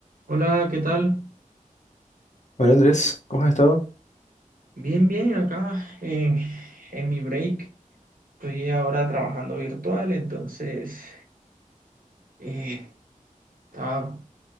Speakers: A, on the right; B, on the left.
A: Hola, ¿qué tal?
B: Hola Andrés, ¿cómo has estado?
A: Bien, bien, acá en, en mi break. Estoy ahora trabajando virtual, entonces eh, estaba,